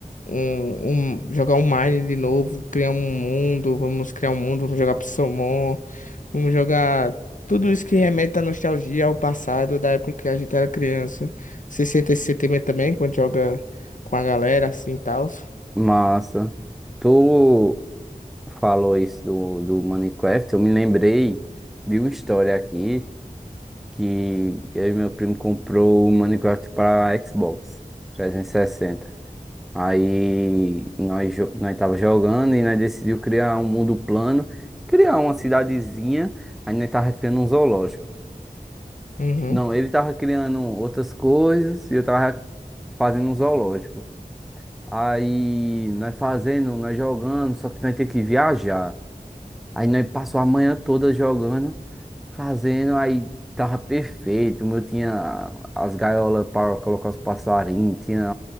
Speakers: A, on the left; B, in the centre.
A: um, um- jogar um Mine de novo, criar um mundo, vamos criar um mundo, vamos jogar Psalmon, vamos jogar tudo isso que remete à nostalgia, ao passado, da época que a gente era criança. Você sente esse sentimento também quando joga com a galera assim e tal?
B: Massa. Tu falou isso do, do Minecraft, eu me lembrei de uma história aqui. que eu e meu primo comprou o Minecraft para Xbox 360. Aí nós, jo- nós tava jogando e nós decidiu criar um mundo plano, criar uma cidadezinha, aí nós tava criando um zoológico.
A: Uhum.
B: Não, ele tava criando outras coisas e eu tava fazendo um zoológico. Aí nós fazendo, nós jogando, só que nós tem que viajar. Aí nós passou a manhã toda jogando. fazendo, aí tava perfeito. O meu tinha as gaiolas para colocar os passarinhos, tinha